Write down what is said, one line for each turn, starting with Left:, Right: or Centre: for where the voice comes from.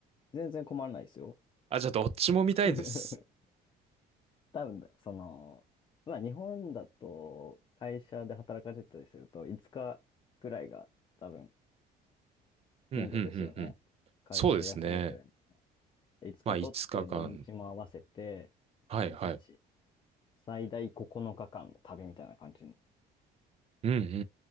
Left: 全然困らないですよ。
Right: あ、じゃあ、どっちも見たいです。
Left: <laughs> 多分、その、まあ日本だと会社で働かれてたりすると5日くらいが多分
Right: うん、
Left: 限度ですよね。
Right: うん、うん、うん。
Left: 会社で休み取
Right: そうですね。
Left: れ5日取って土日も合わせて、
Right: まあ、5日間。
Left: 1、
Right: はい、
Left: 2、
Right: はい。
Left: 3、4、最大9日間の旅みたいな感じ
Right: うん、うん、うん、うん、